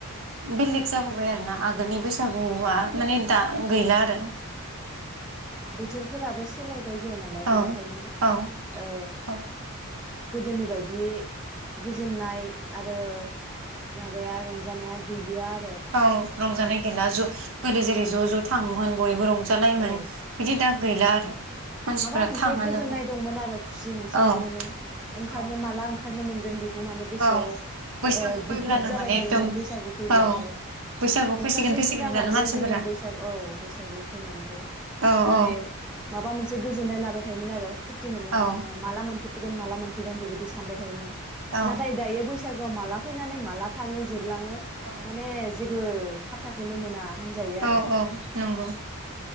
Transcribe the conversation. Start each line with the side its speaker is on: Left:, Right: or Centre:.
Right: बेलेक जाबोबाय आरोना आ गोलनि बैसागुआ
Centre: औ
Right: माने दा गैला आरो।
Centre: बोथोरफोराबो सोलाय बोबाय नालाय
Right: औ
Centre: बेनिखायनो
Right: औ
Centre: ओ
Right: औ
Centre: गोदोनि बायदि गोजोननाय आरो माबाया रंजानाया गैलिया आ
Right: औ रंजानाया गैला जु गोदो जेरै ज' ज' थाङोमोन बयबो रं जालायोमोन
Centre: औ
Right: बिदि दा गा गैला आरो। मानसिफ्रा
Centre: माबा मोनसे
Right: थाङानो
Centre: गोजोननाय दंमोन आरो खुसि मोनसे
Right: औ
Centre: मोनोमोन ओंखारनो
Right: औ
Centre: माला ओंखारनो मोन गोनदि माने गोसोआव
Right: औ
Centre: ओ
Right: बैसागु
Centre: गुब
Right: फैब्लानो
Centre: -गुब जाबाय
Right: माने
Centre: थायोमोन
Right: एकदम
Centre: बैसागु फैब्लाथाय
Right: औ बैसागु
Centre: हबथासे
Right: फैसिगोन फैसिगोनब्लानो
Centre: सिगाङावनो
Right: मानसिफोरा
Centre: जोङो बैसाग औ बैसागु फैनायनिखौ
Right: औ
Centre: माने
Right: औ
Centre: माबा मोन गोजोननाय लाबाय थायोमोन आरो खुसि मोनोमोन
Right: औ
Centre: माला मोनफै गोन मालामोन गोन बेबायदि सानबाय थायोमोन।
Right: औ
Centre: नाथाय दायो बैसागुआ माला फैनानै माला थाङो जोब लाङो
Right: औ
Centre: माने जेबो फात्ताखौनो मोना। होनजायो
Right: औ
Centre: आरो
Right: औ नंगौ।